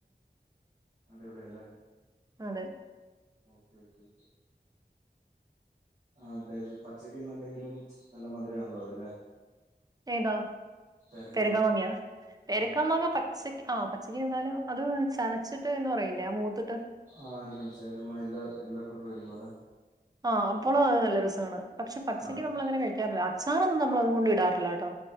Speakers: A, on the right; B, on the right.
A: അടിപൊളിയാഅല്ലേ
B: അതെ
A: ഓക്കേ ഓക്ക ആ ഹ് അതെയത് പച്ചക്കന്ന്ണ്ടെങ്കിലും നല്ല മധുരാണല്ലോ അതല്ലെ
B: ഏതാ
A: പേരക്ക
B: പെരക്കാ
A: മാങ്ങ
B: മാങ്ങിയാ പെരക്കാ
A: അതെ
B: പേരക്കമാങ്ങ പ പച്ച ആ പച്ചക്കക്ക് വന്നാലും അത് ചനച്ചിട്ട് എന്ന് പറയില്ലേ മൂത്തിട്ട്
A: ആഹ് എനിക്കൻസിലായിഎല്ലാ എല്ലാ കളർ വരുമ്പോ അല്ലേ
B: ആഹ് അപ്പോളും അത് നല്ല രസമാണ് പക്ഷെ പച്ചയ്ക്ക്
A: ആ ആ
B: നമ്മള അങ്ങനെ കഴിക്കാറില്ല അച്ചാറൊന്നും നമ്മള അതുകൊണ്ട് ഇടാറില്ല കേട്ടോ